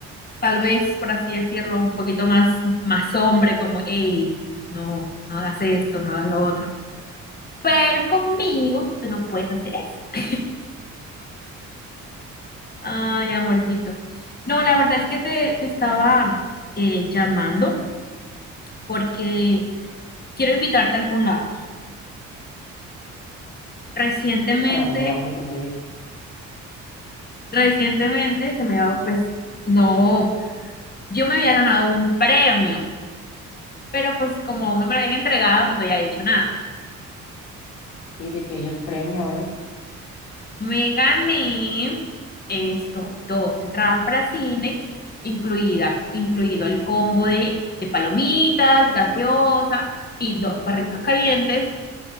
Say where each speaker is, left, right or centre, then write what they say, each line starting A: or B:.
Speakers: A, on the left; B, on the left.
A: tal vez, por así decirlo, un poquito más, más hombre, como, hey, no, no hagas esto, no hagas lo otro. Pero conmigo tú no puedes hacer eso. Ay, amorcito. No, la verdad es que te, te estaba
B: Bien.
A: eh, llamando porque quiero invitarte a algún lado. Recientemente,
B: ¿Para dónde vamos? Yo me dejo.
A: recientemente se me ha, pues, no. yo me había ganado un premio, pero pues como aún no me lo habían entregado, no te había dicho nada.
B: ¿Y de qué es el premio? A ver,
A: Me gané esto, dos entradas para cine, incluida, incluido el combo de, de palomitas, gaseosa y dos perritos calientes.